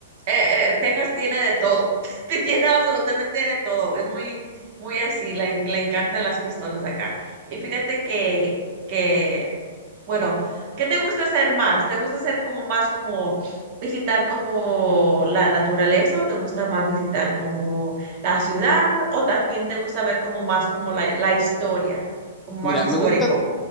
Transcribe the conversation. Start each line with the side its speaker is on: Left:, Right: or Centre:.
Right: Eh, eh, Texas tiene de todo. <laughs> Que Tiene absolutamente de todo. Es muy, muy así. Le, en- le encantan las pistolas acá. Y fíjate que, que, bueno, ¿qué te gusta hacer más? ¿Te gusta hacer como más como visitar como la naturaleza o te gusta más visitar como la ciudad o también te gusta ver como más como la, la historia, como más
Centre: Mira,
Right: histórico?
Centre: me gustan